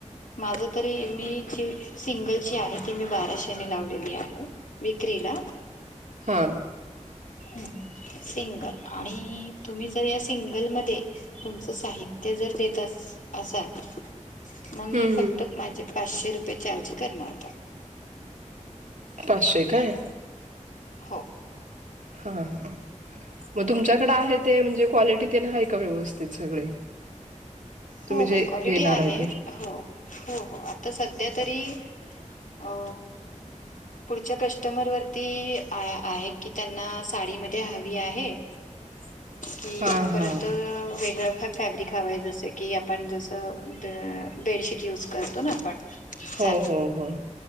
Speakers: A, on the left; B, on the right.
A: माझं तरी मी जी सिंगलची आहे, ती मी बाराशेने लावलेली आहे. विक्रीला.
B: हां.
A: हां सिंगल आणि तुम्ही जर या सिंगलमध्ये तुमचं साहित्य जर देत अस असाल,
B: हां
A: मग मी फक्त माझे पाचशे रुपये चार्ज करणार त्यात.
B: पाचशे काय?
A: हो.
B: हा हा. मग तुमच्याकडे आहे ते, म्हणजे क्वालिटी तेन हाय का व्यवस्थित सगळे?
A: हो
B: तुम्ही जे
A: हो क्वालिटी
B: देणार
A: आहे
B: ते
A: हो. हो हो, आता सध्यातरी अ पुढच्या कस्टमरवरती आ आहे, की त्यांना साडीमध्ये हवी आहे
B: <inaudible>
A: की
B: हा हा
A: परत वेगळं फ फॅब्रिक हवं आहे, जसं की आपण जसं ब बेडशीट यूज करतो ना आपण
B: हम्म
A: साधी
B: हम्म हम्म.